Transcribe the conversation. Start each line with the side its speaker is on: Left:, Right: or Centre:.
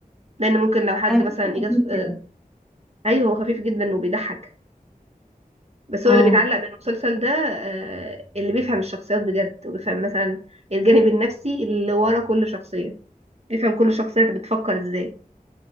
Right: لأن ممكن لو حد
Centre: انا بحسه
Right: مثلا إجا
Centre: خفيف
Right: آه،
Centre: كده
Right: أيوة هو خفيف جدا وبيضحك بس
Centre: اه
Right: هو اللي بيتعلق بالمسلسل ده آه، اللي بيفهم الشخصيات بجد وبيفهم مثلا الجانب النفسي اللي ورا كل شخصية يفهم كل شخصية بتفكر ازاي